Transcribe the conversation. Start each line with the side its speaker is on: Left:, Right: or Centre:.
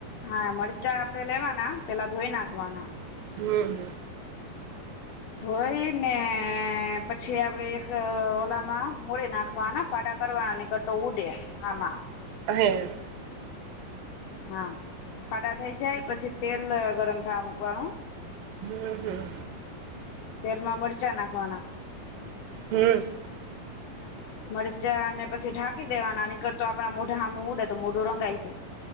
Left: હા મરચા આપડે લેવાના. પેલા ધોઈ નાખવાના.
Right: હમ હમ.
Left: ધોઈને પછી આપડે એક ઓલામાં મોડી નાખવાના ફાડા કરવાના નીકર તો ઉડે આમાં.
Right: એમ.
Left: હા ફાડા થઈ જાય પછી તેલ ગરમ થાવા મૂકવાનું.
Right: હમ હમ.
Left: તેલમાં મરચા નાખવાના.
Right: હમ.
Left: મરચાને પછી ઢાંકી દેવાના નીકર તો આપણા મોઢા હામુ ઉડે તો મોઢું રંગાઈ જાય.